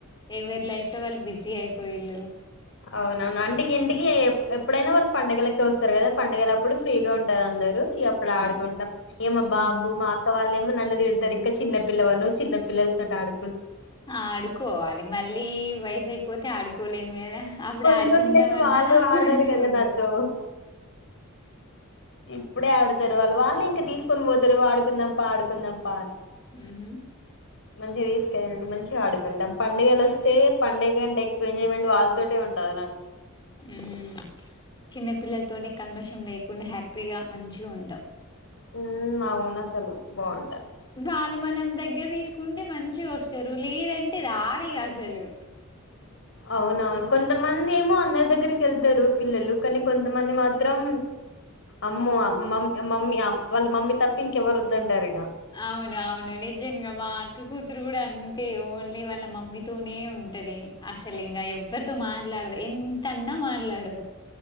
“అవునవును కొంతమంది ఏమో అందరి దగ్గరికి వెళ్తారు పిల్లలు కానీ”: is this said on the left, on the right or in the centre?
Left